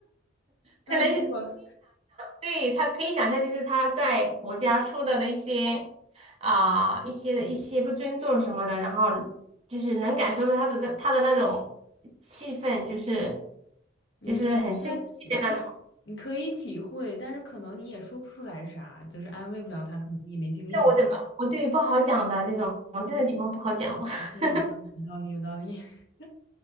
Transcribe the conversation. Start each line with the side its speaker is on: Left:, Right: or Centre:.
Left: 那如果
Right: 可能。对，他可以想象，就是他在婆家受到的一些啊、一些的一些不尊重什么的，然后就是能感受到他的那他的那种气氛，就是
Left: 明白，
Right: 就是很生气的那种。
Left: 就是你你可以体会，但是可能你也说不出来啥，就是安慰不了他，可能你也没经验。
Right: 对我怎么我对于不好讲的这种这种情况不好讲，<laughs>
Left: 也是有道理，有道理，有道理。<laughs>